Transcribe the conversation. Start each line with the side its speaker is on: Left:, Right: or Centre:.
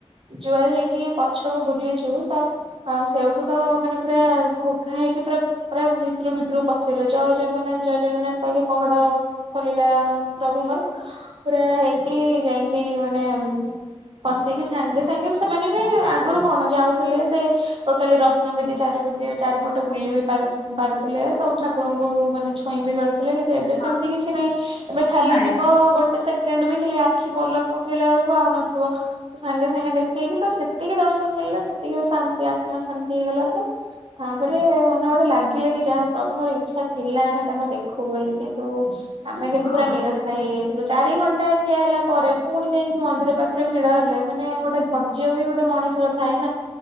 Right: ଜୁହାର ହେଇକି ପଛକୁ ବୁଲିଛୁ ତ ଆଉ ସେଇଠୁ ତ ମାନେ ପୁରା ଘୋ ଘା ହେଇକି ପୁରା ପୁରା ଭିତରୁ ଭିତରୁ ପଶିଗଲେ। ଜୟ ଜଗନ୍ନାଥ ଜୟ ଜଗନ୍ନାଥ କହି ପହଡ଼ ଖୋଲିଲା ପ୍ରଭୁଙ୍କର। ପୁରା ହେଇକି ଯାଇକି ମାନେ ପଶିକି ସାଙ୍ଗେ ସାଙ୍ଗେ ସେମାନେ ବି ଆଗରୁ କଣ ଯାଉଥିଲେ ସେ ଟୋଟାଲି ରତ୍ନବେଦି ଚାରି ଚାରିପଟ ବୁଲି ବି ପାରୁଥିଲେ ସବୁଠା ଠାକୁରଙ୍କୁ ମାନେ ଛୁଇଁ ବି ପାରୁଥିଲେ କିନ୍ତୁ ଏବେ ସେମିତି
Left: ହଁ
Right: କିଛି ନାହିଁ ଏବେ ଖାଲି
Left: ନାଇଁ
Right: ଯିବ ଗୋଟେ ସେ ସେକେଣ୍ଡ ବି ଖାଲି ଆଖି ପଲକ ପକେଇଲା ବେଳକୁ ଆଉ ନଥିବ। ସାଙ୍ଗେ ସାଙ୍ଗେ ଦେଖେଇକି ତ ସେତିକି ଦର୍ଶନ ମିଳିଲା ସେତିକି ରେ ତ ଶାନ୍ତି ଆତ୍ମା ଶାନ୍ତି ହେଇଗଲା ପୁରା। ତାପରେ ମାନେ ଗୋଟେ ଲାଗିଲା କି ଯାହା ପ୍ରଭୁଙ୍କର ଇ ଇଚ୍ଛା ଥିଲା ଆମେ ତାଙ୍କୁ ଦେଖୁ ବୋଲି କିନ୍ତୁ ଆମେ କିନ୍ତୁ
Left: ହଁ
Right: ପୁରା ନିରାଶ ହେଇଯାଇଥିଲୁ ଚାରି ଘଣ୍ଟା ଠିଆ ହେଲା ପରେ ପୁଣି ଯାଇକି ମନ୍ଦିର ପାଖରେ ଭିଡ଼ ହେଲେ ମାନେ ଗୋଟେ ଧର୍ଯ୍ୟ ବି ଗୋଟେ ମଣିଷର ଥାଏ ନା